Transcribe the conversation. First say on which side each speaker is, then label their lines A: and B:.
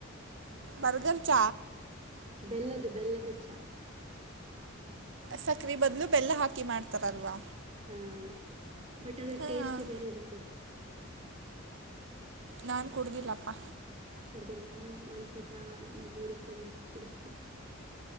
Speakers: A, on the right (about 65°); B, on the right (about 30°).
A: ಬರ್ಗರ್ ಚ
B: ಬೆಲ್ಲದ ಬೆಲ್ಲದ ಚ
A: ಸಕ್ರೆ ಬದ್ಲು ಬೆಲ್ಲ ಹಾಕಿ ಮಾಡ್ತಾರಲ್ವಾ
B: ಹಾ ಬಟ್ ಅದ್ರ
A: ಹಾಂ
B: ಟೇಸ್ಟ್ೇ ಬೇರೆ ಇರುತ್ತೆ
A: ನಾನು ಕುಡುದಿಲ್ಲಪ್ಪ
B: ಕುಡ್ದಿಲ್ವಾ ಒಂದ್ಸತ ನಮ್ಮ್ ಊರಿಗಿ ಬನ್ನಿ ಕುಡಿಸತೀನಿ